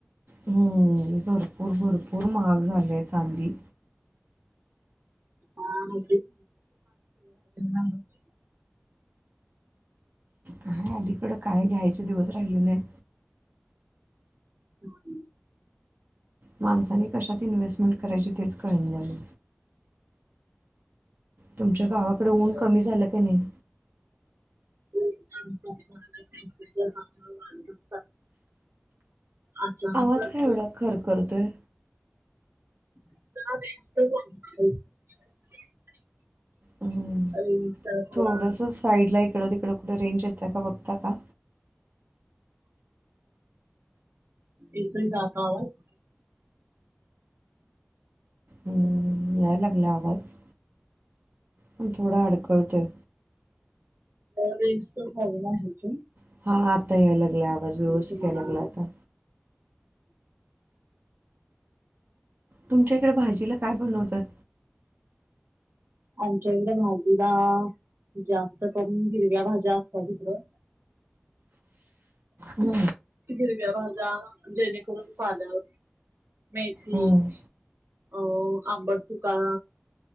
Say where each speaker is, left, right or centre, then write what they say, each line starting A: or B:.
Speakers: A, on the right; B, on the right.
A: हम्. भरपूर-भरपूर महाग झालेय चांदी.
B: ह पाणी. <unintelligible>
A: काय आलीकडं काय घ्यायचे दिवस राहिलेले नाहीत.
B: <inaudible>
A: माणसनी कशात इन्हेस्टमेंट करायची तेच कळेन झालय. तुमच्या गावाकडें ऊन
B: करायची.
A: कमी झालं का नाही?
B: <inaudible> चाललंय. अचानकच
A: आवाज काय एवढा खर खरतोय.
B: <inaudible>
A: हम,
B: रेंजचा थोडा
A: थोडस साईडला इकडं-तिकडं कुठं रेंज येत्या का बघता का.
B: एकण जात आवा. <unintelligible>
A: हम्म, यायलागलाय आवाज, पण थोडा अडकळतोय.
B: रेमस हवच. <inaudible>
A: <unintelligible> हां आता याय्य् लागला. आवाज व्यवस्थितं
B: तुम्हाला
A: यायला लागला आता. तुमच्या इकडे भाजीला कायं बणवतात.
B: आमच्या इकडे भाजीला अं जास्तं करून हिरव्या भाज्या असतात ईकडं. <unintelligible>
A: हम्म,
B: हिरव्या भाज्यां जेणेकरून पालक, मेथी
A: हम्म,
B: होवं अं आंबड चूका